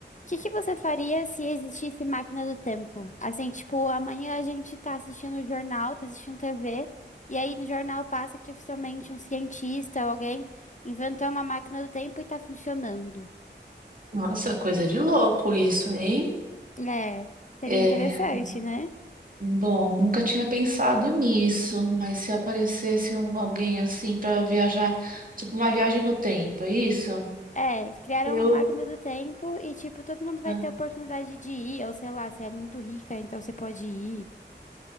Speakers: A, on the left (about 40°); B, on the right (about 45°).
A: O que que você faria se existisse máquina do tempo? Assim, tipo, amanhã a gente tá assistindo o jornal, tá assistindo TV, e aí no jornal passa que oficialmente um cientista ou alguém inventou uma máquina do tempo e tá funcionando.
B: Nossa, coisa de louco isso, hein?
A: É, seria
B: É,
A: interessante, né?
B: bom, nunca tinha pensado nisso, mas se aparecesse um- alguém assim para viajar, tipo uma viagem no tempo, é isso?
A: É, criaram
B: Eu,
A: uma máquina do tempo e, tipo, todo mundo vai
B: né,
A: ter oportunidade de ir, ou sei lá, você é muito rica, então você pode ir.